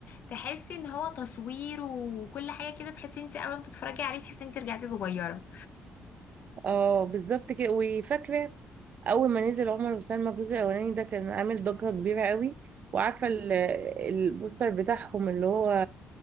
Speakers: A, on the left; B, on the right.
A: تحسي ان هو تصوير وكل حاجة كده تحسي انت اول ما تتفرجي عليه تحسي انت رجعتي صغيرة
B: اه بالظبط كده وفاكره اول ما نزل عمر وسلمى الجزء الاولاني ده كان عامل ضجه كبيره قوي وعارفه ال- البوستر بتاعهم اللي هو